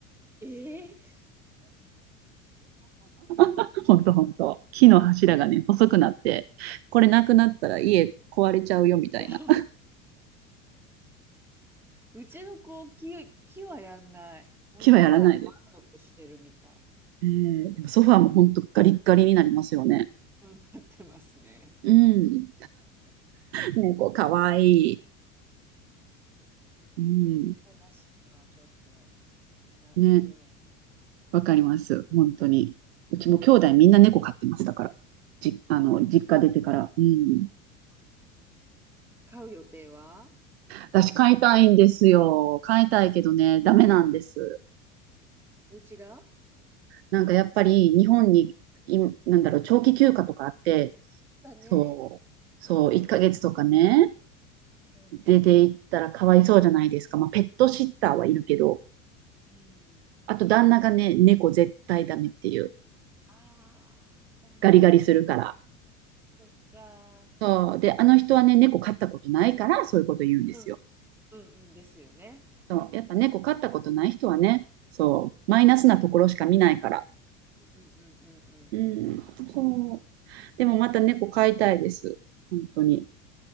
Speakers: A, in the centre; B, on the right.
A: ええ
B: <laughs> ほんとほんと。木の柱がね、細くなって、これなくなったら家壊れちゃうよみたいな。
A: やば
B: <laughs>
A: うちの子、木、木はやんない。もうソファーで満足してるみたい。
B: 木はやらないで。えーでもソファーもほんとガリッガリになりますよね。
A: うん、うん、なってますね。
B: うん。ね、こう、かわいい。
A: うん、
B: うん。
A: 猫なしにはちょっとな、
B: ね、
A: ありえない。
B: わかります。本当に。うちも兄弟みんな猫飼ってます。たから。じ、あの、
A: やっぱりそ
B: 実家出てから。うん。
A: う。うん買う予定は
B: 私飼いたいんですよ。飼いたいけどね、ダメなんです。
A: お家が
B: なんかやっぱり日本に、い、なんだろう、長期休暇とかあって、
A: だね。
B: そう、そう、1ヶ月とかね、
A: うんうん。
B: 出て行ったらかわいそうじゃないですか。まあ、ペットシッターはいるけど、
A: うん。
B: あと旦那がね、猫絶対ダメっていう。
A: ああ、残念。
B: ガリガリするから。
A: そっか。
B: そう。で、あの人はね、猫飼ったことないから、そういうこと言うんですよ。
A: うんうんうんですよね。
B: そう。やっぱ猫飼ったことない人はね、そう。マイナスなところしか見ないから。
A: うんうんうんうん
B: うん。そう。でもまた猫飼いたいです。本当に。
A: うん。うん